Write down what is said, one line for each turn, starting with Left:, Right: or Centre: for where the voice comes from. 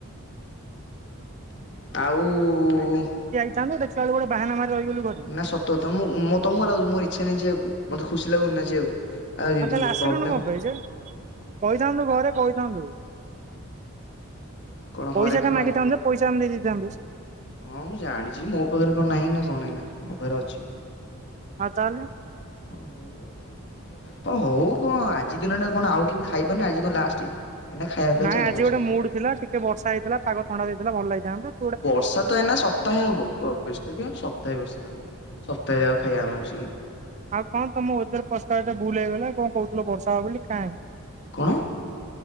Left: ଆଉ
Right: <unintelligible> ଦେଖଲା ବେଳକୁ ଗୋଟେ ବାହାନାମାର୍ ରହିଗଲୁ ଘରେ।
Left: ନା ସତକୁ ସତ ମୁଁ ମୁଁ ତମକୁ କଣ ଲାଗୁଛି ମୋର ଇଛା ନାହିଁ ଯିବାକୁ ମତେ ଖୁସି ଲାଗୁନି ନା ଯିବାକୁ। ଆ
Right: ଆଉ ତାହେଲେ ଆସିଲୁନ
Left: ପ୍ରୋବ୍ଲେମ
Right: କଣ ପାଇଁ ଯେ କହିଥାନ୍ତୁ ଘରେ କହିଥାନ୍ତୁ?
Left: କଣ ହରେକ
Right: ପଇସା ଟା
Left: ମାଲ
Right: ମାଗିଥାନ୍ତୁ ଯେ ପଇସା ଆମେ ଦେଇ ଦେଇଥାନ୍ତୁ।
Left: ହଁ ମୁଁ ଜାଣିଛି ମୋ ପାଖରେ କଣ ନାହିଁ ନା କଣ ଏଇନା ମୋ ପାଖରେ ଅଛି।
Right: ଆଉ ତାହେଲେ
Left: ଅଉ ଆଉ। ହ ହଉ କଣ ଆଜି ଦିନଟା କଣ ଆଉ କେବେ ଖାଇବନି ଆଜି କଣ ଲାଷ୍ଟ। ଏଇନା ଖାଇବା ପିଇବା
Right: ନାଇଁ
Left: ଚାଲିବ
Right: ଆଜି ଗୋଟେ
Left: ସେମିତି।
Right: ମୁଡ଼ ଥିଲା ଟିକେ ବର୍ଷା ହେଇଥିଲା ପାଗ ଥଣ୍ଡା ଦେଇଥିଲା ଭଲ ଲାଗିଥନ୍ତା।
Left: ଅ ବର୍ଷା ତ ଏଇନା ସ ସପ୍ତାହେ ହବ ବ ବ୍ୟସ୍ତ କାଇଁ ହଉଛୁ ସପ୍ତାହେ ବର୍ଷା ହବ ସପ୍ତାହେ ଯାକ ଖାଇବା ଆମେ ବସିକି।
Right: ଆଉ କଣ ତମ ଉପରେ <unintelligible> ଭୁଲ୍ ହେଇଗଲା କଣ କହୁଥିଲ ବର୍ଷା ହବ ବୋଲି କାଇଁ?
Left: କଣ?